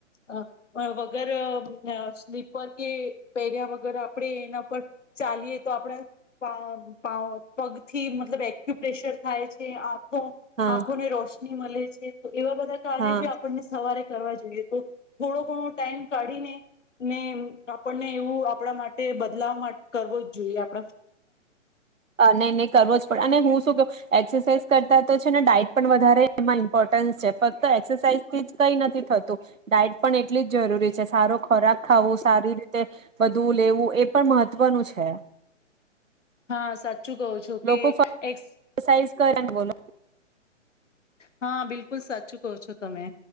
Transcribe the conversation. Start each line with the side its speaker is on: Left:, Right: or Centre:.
Left: હા વગર અહ સ્લીપર કે પહેર્યા વગર આપણેે એના પર ચાલીએ તો આપણે પા પા પગથી મતલબ એક્યુપેશર થાય છે આંખો
Right: હા
Left: આંખોને રોશ ની મળે છે એવા બધા કાર્યો
Right: હા
Left: બી આપણને સવારે કરવા જોઈએ. <unintelligible> થોડો ટાઈમ કાઢીને ને આપણને એવું આપણા માટે બદલાવ કરવો જ જોઈએ એમ
Right: અ નહી નહી કરવો જ પડે અને હું શું કવ એક્સરસાઇઝ કરતા તો છે ને ડાઈટમાં પણ વધારે ઈમ્પોટન્સ છે. ફક્ત એક્સરસાઇઝ થી જ કઈ નથી થતું એટલી જ જરૂરી છે. સારો ખોરાક ખાવું, સારી રીતે વધુ લેવું એ પણ મહત્વનું છે.
Left: હા સાચુ સાચું કહું છે
Right: લોકો
Left: જે એક્સ
Right: ફક્ત એક્સરસાઇઝ કરે ને બોલો
Left: હા બિલકુલ સાચું કહો છો તમે.